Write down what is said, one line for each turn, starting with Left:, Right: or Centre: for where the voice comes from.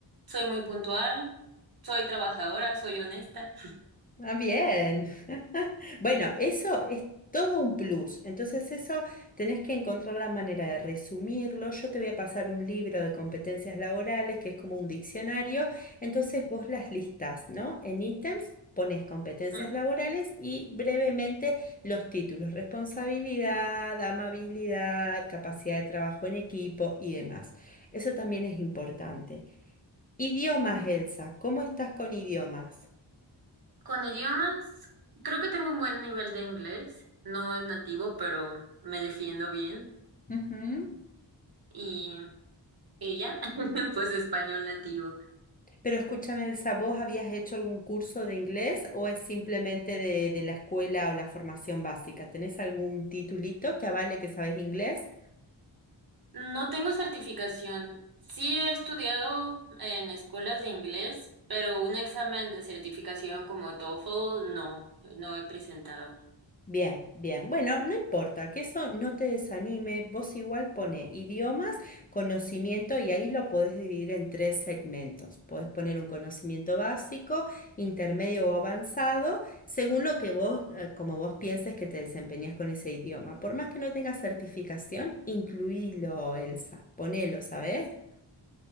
Right: soy muy puntual, soy trabajadora, soy honesta.
Left: Ah, bien. <laughs> Bueno, eso es todo un plus. Entonces eso tenés que encontrar la manera de resumirlo. Yo te voy a pasar un libro de competencias laborales que es como un diccionario. Entonces vos las listás, ¿no? En ítems pones competencias
Right: ¿Mm?
Left: laborales y brevemente los títulos, responsabilidad, amabilidad, capacidad de trabajo en equipo y demás. Eso también es importante. Idiomas, Elsa, ¿cómo estás con idiomas?
Right: Con idiomas, creo que tengo un buen nivel de inglés, no es nativo, pero me defiendo bien
Left: Ujú.
Right: y, y ya, <laughs> pues español nativo.
Left: Pero escúchame, Elsa, ¿vos habías hecho algún curso de inglés o es simplemente de, de la escuela o la formación básica? ¿Tenés algún titulito que avale que sabes inglés?
Right: No tengo certificación. Sí he estudiado en escuelas de inglés, pero un examen de certificación como TOEFL no, no he presentado.
Left: Bien, bien. Bueno, no importa, que eso no te desanime. Vos igual pone idiomas, conocimiento y ahí lo podés dividir en tres segmentos. Podés poner un conocimiento básico, intermedio o avanzado, según lo que vos, eh, como vos pienses que te desempeñas con ese idioma. Por más que no tengas certificación, incluílo, Elsa. Ponelo, ¿sabes?